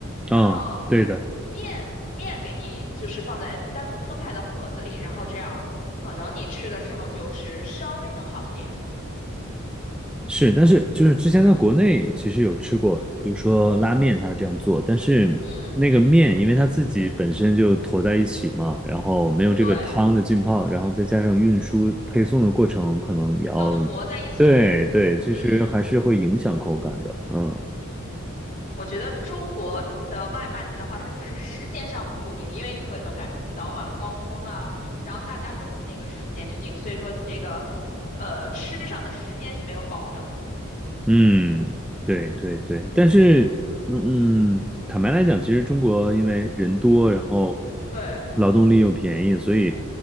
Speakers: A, on the left (about 40°); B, in the centre.
A: 然后
B: 嗯，对的，
A: 面面给你就是放在单独分开的盒子里，然后这样可能你吃的时候就是稍微能好一点。
B: 是，但是就是之前在国内其实有吃过，比如说拉面，它是这样做，但是那个面因为它自己本身就坨在一起嘛，
A: 嗯，
B: 然后没有这个汤的浸泡，
A: 对，
B: 然后再加上运输配送的过程，可能也要，
A: 都坨在一起了。
B: 对对，其实还是会影响口感的。
A: 嗯。
B: 嗯
A: 我觉得中国的外卖的话，它就是时间上不固定，因为可能赶上早晚高峰啊，然后大家都是那个时间去订，所以说你这个呃吃上的时间是没有保证的。
B: 嗯，对对对，但是，嗯，嗯坦白来讲，其实中国因为人多，然后
A: 对，
B: 劳动力又便宜，所以